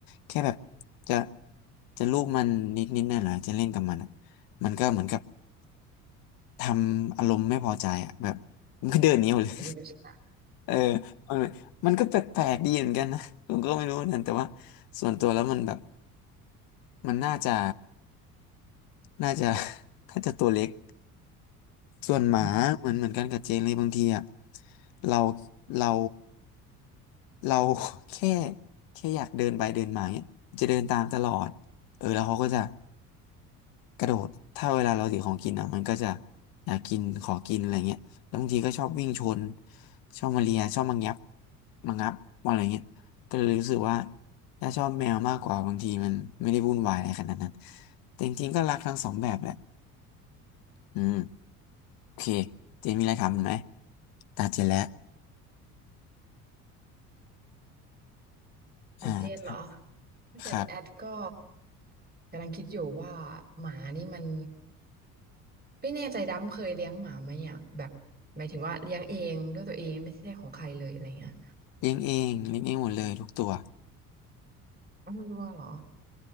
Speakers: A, on the left (about 50°); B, on the right (about 20°).
A: แค่แบบจะจะลูบมันนิดนิดหน่อยหน่อยๆจะเล่นกับมันอะมันก็เหมือนกับทำอารมณ์ไม่พอใจอ่ะแบบมันก็เดินหนีออกเลย
B: อย่าไปยุ่งกับฉั
A: เออมันมันก็แปลกๆดีเหมือนกันนะผมก็ไม่รู้เหมือนกันแต่ว่าส่วนตัวแล้วมันแบบมันน่าจะน่าจะ <laughs> น่าจะตัวเล็กส่วนหมาเหมือนเหมือนกันกับเจนเลยบางทีอ่ะ
B: น
A: เราเราเรา <laughs> แค่แค่อยากเดินไปเดินมาเนี่ยจะเดินตามตลอดเออแล้วเขาก็จะ กระโดด ถ้าเวลาเราถือของกินอ่ะมันก็จะอยากกิน ขอกินอะไรเงี้ยแล้วบางทีก็ชอบวิ่งชน ชอบมาเลียชอบมางับมางับอะไรเงี้ยก็เลยรู้สึกว่าถ้าชอบแมวมากกว่าบางทีมันไม่ได้วุ่นวายอะไรขนาดนั้นแต่จริงๆก็รักทั้งสองแบบแหละอืมโอเคเจมีอะไรทำไหมตาเจแล้ว
B: ของเจนเหรอ
A: อ่า
B: เจนแอดก็
A: ครับ
B: กำลังคิดอยู่ว่าหมานี่มันไม่แน่ใจดำเคยเลี้ยงหมาไหมอ่ะแบบหมายถึงว่าเลี้ยงเองด้วยตัวเองไม่ใช่ของใครเลยอะไรเงี้ย
A: เลี้ยงเองเลี้ยงเองหมดเลยทุกตัว
B: อ้าวไม่รู้ว่าเหรอ